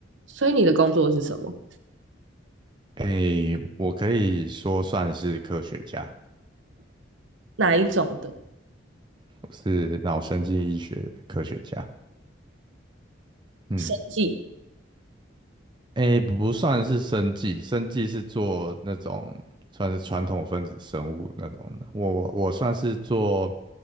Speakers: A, on the right (about 80°); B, on the right (about 25°).
A: 所以你的工作是什么？
B: 诶，我可以说算是科学家，
A: 哪一种的？
B: 我是脑神经医学的科学家。嗯，
A: 生计？
B: 诶，不算是生技，生技是做那种算是传统分子生物那种的。我我算是做